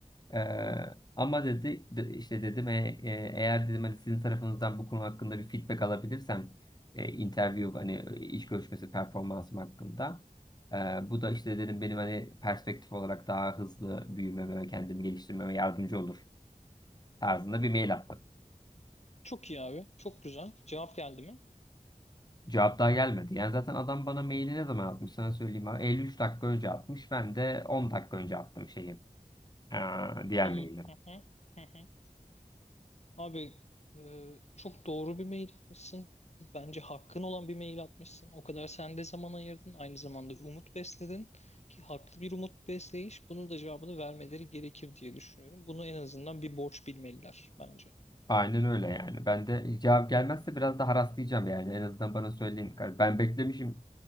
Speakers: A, on the left; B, on the left.
A: Ee, ama dedi de- işte dedim e, e, eğer dedim hani sizin tarafınızdan bu konu hakkında bir feedback alabilirsem e, interview hani e, iş görüşmesi performansım hakkında e, bu da işte dedim benim hani perspektif olarak daha hızlı büyümeme ve kendimi geliştirmeme yardımcı olur tarzında bir mail attım.
B: Çok iyi abi. Çok güzel. Cevap geldi mi?
A: Cevap daha gelmedi. Yani zaten adam bana maili ne zaman atmış sana söyleyeyim. abi. 53 dakika önce atmış. Ben de 10 dakika önce attım şeyi. e, diğer
B: Tamam.
A: maili.
B: Hı hı. Hı hı. Abi e, çok doğru bir mail atmışsın. Bence hakkın olan bir mail atmışsın. O kadar sen de zaman ayırdın. Aynı zamanda umut besledin ki haklı bir umut besleyiş. Bunun da cevabını vermeleri gerekir diye düşünüyorum. Bunu en azından bir borç bilmeliler bence.
A: Aynen öyle yani. Ben de cevap gelmezse biraz da haraslayacağım yani. En azından bana söyleyin. Hani Ben beklemişim